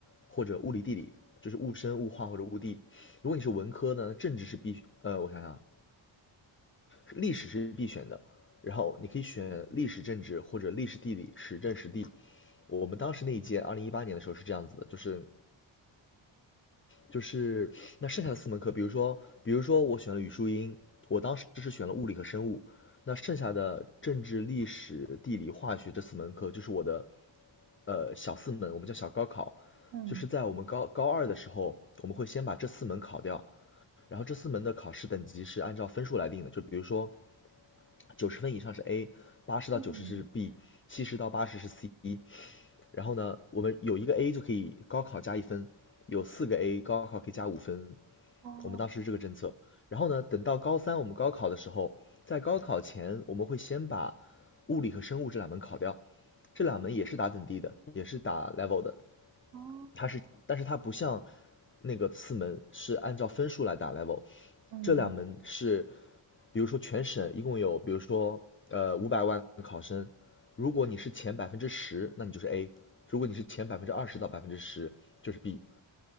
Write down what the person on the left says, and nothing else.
或者物理地理，就是物生、物化或者物地。如果你是文科呢，政治是必，呃，我想想啊，历史是必选的，然后你可以选历史政治或者历史地理、时政时地。我们当时那一届，二零一八年的时候是这样子的，就是就是那剩下的四门课，比如说，比如说我选了语数英，我当时是选了物理和生物，那剩下的政治、历史、地理、化学这四门课，就是我的呃小四门，我们叫小高考，
就是在我们高高二的时候，我们会先把这四门考掉，然后这四门的考试等级是按照分数来定的，就比如说九十分以上是 A，八十到九十是
B，七十到八十是 C，然后呢，我们有一个 A 就可以高考加一分，有四个 A 高考可以加五分。
我们当时是这个政策。然后呢，等到高三我们高考的时候，在高考前我们会先把物理和生物这两门考掉，这两门也是打等第的，也是打 level 的。
它是，但是它不像那个次门是按照分数来打 level，
这两门是比如说全省一共有，比如说呃五百万考生，如果你是前百分之十，那你就是 A；如果你是前百分之二十到百分之十，就是 B。